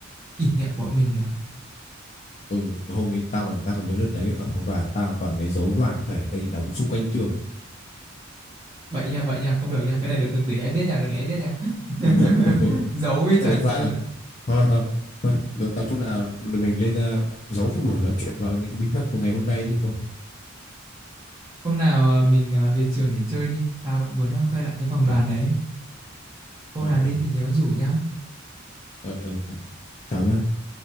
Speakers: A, on the right; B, on the left.
A: kỷ niệm của mình mày ạ
B: ừ hôm ấy tao còn tao còn nhớ đợt đấy ở phòng đoàn tao toàn lấy dấu đoàn thể tây đóng xung quanh trường
A: bậy nha bậy nha không được nha cái này được đừng để ai biết nha đừng để ai biết nha <laughs>
B: <laughs>
A: giấu với chả
B: chuyện đấy
A: gì.
B: qua rồi thôi thôi rồi tao chung là mình lên ờ, giấu cái buổi nói chuyện vào những cái bí mật của ngày hôm nay đi thôi
A: hôm nào ờ, mình ờ, về trường để chơi đi tao vẫn muốn ờ, quay lại cái phòng đoàn
B: ừ
A: đấy hôm
B: ừ
A: nào đi
B: ừ
A: thì nhớ rủ nhá
B: ừ, ừ. chào nhá